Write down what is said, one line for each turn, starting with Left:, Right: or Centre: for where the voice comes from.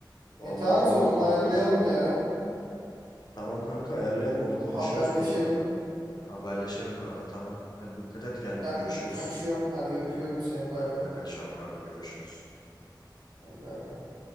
Left: Vallahi
Right: E tamam o zaman
Left: 10 numara
Right: onu ayarlayalım
Left: olur.
Right: bir ara.
Left: Tamam kanka ayarlayalım onu konuşuruz
Right: Haberleşelim.
Left: gruptan. Haberleşelim kanka tamam. Hadi dikkat et kendine
Right: Ben
Left: görüşürüz.
Right: kaçıyorum. Hadi öpüyorum seni. Bay
Left: Ben
Right: bay.
Left: de kaçıyorum kanka görüşürüz.
Right: Hadi bay bay.